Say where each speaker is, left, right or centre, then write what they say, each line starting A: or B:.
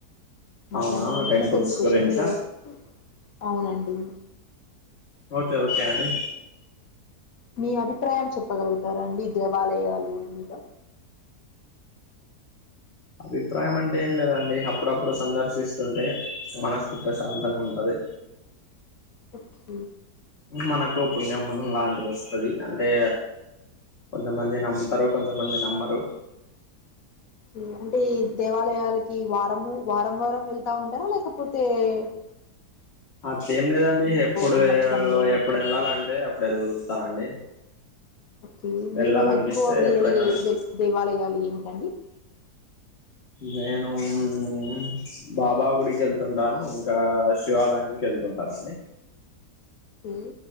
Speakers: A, on the left; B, on the left.
A: మాట్లాడదామండి
B: అవునా టెంపుల్స్
A: కొన్ని క్వశ్చన్స్
B: గురించా
A: వేస్త అవునండి
B: ఓకే ఓకే అండి
A: మీ అభిప్రాయం చెప్పగలుగుతారా అండి దేవాలయాలు మీద
B: అభిప్రాయం అంటే ఏం లేదండి అప్పుడప్పుడు సందర్శిస్తుంటే మనసుకు ప్రశ ప్రశాంతంగా ఉంటది
A: పక్క
B: మనకు పుణ్యము లాంటిది వస్తుంది అంటే కొంతమంది నమ్ముతారు కొంతమంది నమ్మరు
A: తిన్న అంటే దేవాలయాలకి వారము వారం వారం వెళ్తా ఉంటారా లేకపోతే వ
B: అట్లేం లేదండి ఎప్పుడు
A: సంవత్సరంలో
B: ఆ ఎప్పుడు వెళ్లాలంటే వెళ్తానండి
A: ఓకే
B: వెళ్ళాలనిపిస్తే
A: మీరు ఎక్కువ వెళ్ళే
B: ఎప్పుడైనా వెళ్తా
A: దే దేవాలయాలు ఏమి అండి
B: నేను హమ్ బాబా గుడికి వెళ్తుంటాను ఇంకా శివాలయం వెళ్తుంటాను అండి
A: హమ్